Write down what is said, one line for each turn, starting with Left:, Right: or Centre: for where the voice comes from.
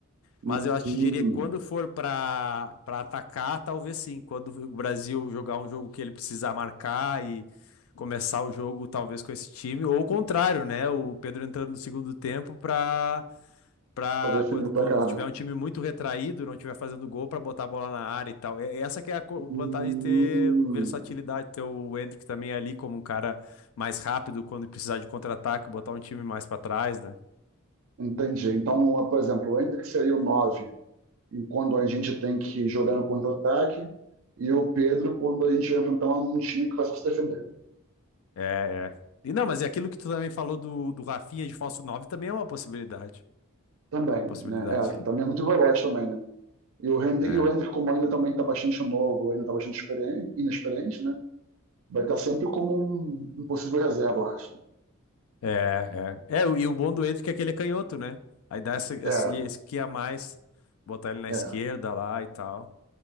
Right: hum,
Left: Mas eu acho
Right: hum,
Left: que diria que quando for para para atacar, talvez sim. Quando o Brasil jogar um jogo que ele precisar marcar e começar o jogo talvez com esse time, ou o contrário, né? O Pedro entrando no segundo tempo para para
Right: para definir
Left: quando,
Right: o placar,
Left: quando tiver
Right: né?
Left: um time muito retraído, não tiver fazendo gol para botar a bola na área e tal. É- Essa que é a co-
Right: Hum,
Left: vantagem de ter versatilidade, ter o Endrick também ali como um cara mais rápido quando precisar de contra-ataque, botar um time mais para trás, né?
Right: entendi. Então, por exemplo, o Endrick seria o 9, enquanto a gente tem que jogar no contra-ataque, e o Pedro quando a gente vai enfrentar um time que vai só se defender.
Left: É, é. E não, mas é aquilo que tu também falou do, do Rafinha de falso 9 também é uma possibilidade.
Right: Também,
Left: Possibilidade.
Right: né? É, que também é muito veloz também, né? E o Hendrick,
Left: É.
Right: como ainda também está bastante novo, ainda está bastante experiente, inexperiente, né? Vai estar sempre como um, um possível reserva, eu acho.
Left: É, é. É, o- e o bom do Hendrick é que ele é canhoto, né? Aí dá essa, esse,
Right: né?
Left: esse que a mais, botar ele na
Right: É,
Left: esquerda
Right: é.
Left: lá e tal.